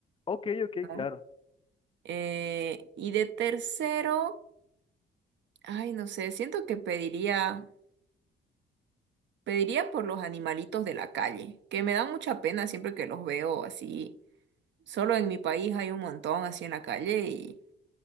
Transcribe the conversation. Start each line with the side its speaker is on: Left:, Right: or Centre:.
Left: ok, ok,
Right: ¿no?
Left: claro.
Right: Eh, y de tercero, ay, no sé, siento que pediría, pediría por los animalitos de la calle, que me dan mucha pena siempre que los veo así. Solo en mi país hay un montón así en la calle y